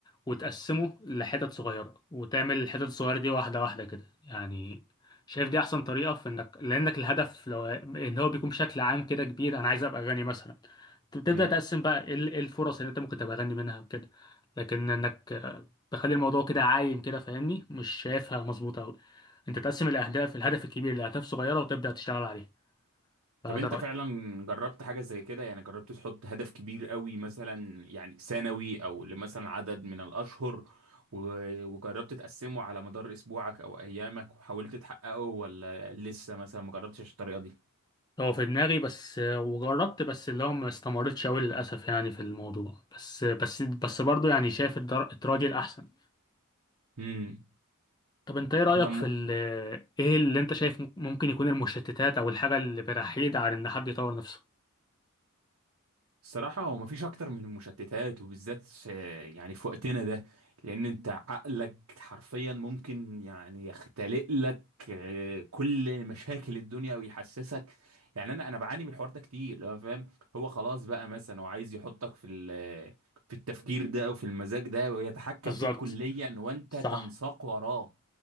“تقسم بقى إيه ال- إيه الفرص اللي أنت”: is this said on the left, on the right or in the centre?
Left